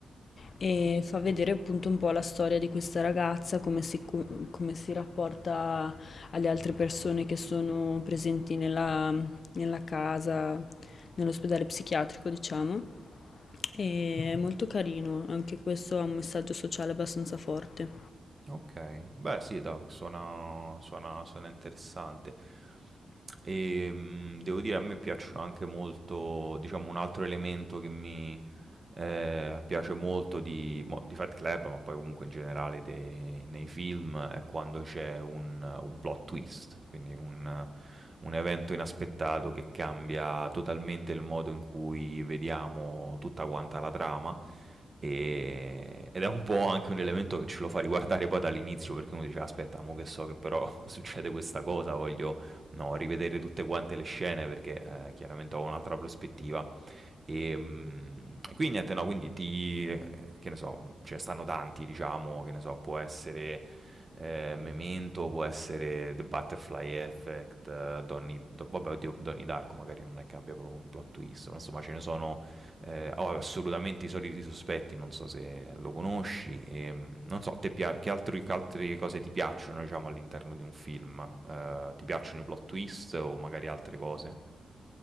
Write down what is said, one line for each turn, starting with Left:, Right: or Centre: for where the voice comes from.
Left: e fa vedere appunto un po' la storia di questa ragazza, come si, cu- come si rapporta alle altre persone che sono presenti nella, nella casa, nell'ospedale psichiatrico, diciamo. E è molto carino, anche questo ha un messaggio sociale abbastanza forte.
Right: Okay. Beh sì, do suona suona suona interessante. E mm, devo dire, a me piacciono anche molto, diciamo, un altro elemento che mi eh, piace molto di, mo, di Fight Club, ma poi comunque in generale de- nei film, è quando c'è un, un plot twist, quindi un, un evento inaspettato che cambia totalmente il modo in cui vediamo tutta quanta la trama. E- Ed è un po' anche un elemento che ce lo fa riguardare poi dall'inizio perché uno dice aspetta, mo che so che però <laughs> succede questa cosa, voglio, no, rivedere tutte quante le scene perché eh, chiaramente ho un'altra prospettiva e, mm, e quindi niente, no, quindi ti, eh, che ne so, ce ne stanno tanti, diciamo, che ne so, può essere eh, Memento, può essere The Butterfly Effect, eh, Donnie, Do- vabbè, oddio, Donnie Darko magari non è che abbia proprio un plot twist, ma insomma ce ne sono eh, oh, assolutamente i soliti sospetti, non so se lo conosci, e, mm, non so, a te pia- che, altri- che altre cose ti piacciono, diciamo, all'interno di un film? Eh, ti piacciono i plot twist o magari altre cose?